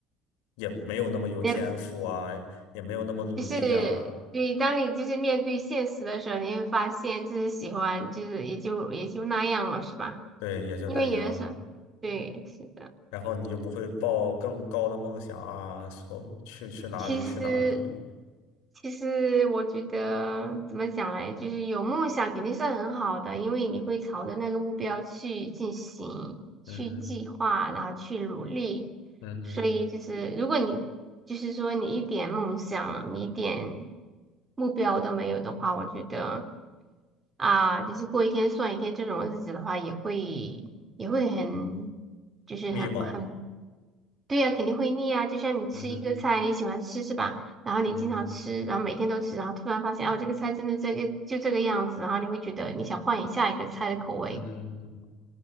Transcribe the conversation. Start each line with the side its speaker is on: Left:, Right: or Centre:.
Left: 也没有那么有天赋啊，
Right: 你
Left: 也没有那么努力呀、
Right: 就是对，当你就是面对现实的时候，你会发现就是喜欢，就是也就也就那样了，是吧？
Left: 对，也就那样。
Right: 因为有的时候，对，是的。
Left: 然后你就不会抱更高的梦想啊，说去去哪里去哪里，
Right: 其实，其实我觉得怎么讲嘞，就是有梦想肯定是很好的，因为你会朝着那个目标去进行、
Left: 嗯哼，
Right: 去计划，然后去努力。
Left: 嗯哼，
Right: 所以就是，如果你就是说你一点梦想、你一点目标都没有的话，我觉得啊，就是过一天算一天这种日子的话，也会也会很就是很很
Left: 迷茫，
Right: 对呀，肯定会腻啊。就像你吃一个菜，
Left: 嗯哼，
Right: 你喜欢吃是吧？然后你经常吃，
Left: 嗯
Right: 然后每天都吃，然后突然发现哦，这个菜真的这个就这个样子，然后你会觉得你想换一下一个菜的口味，
Left: 嗯哼嗯哼。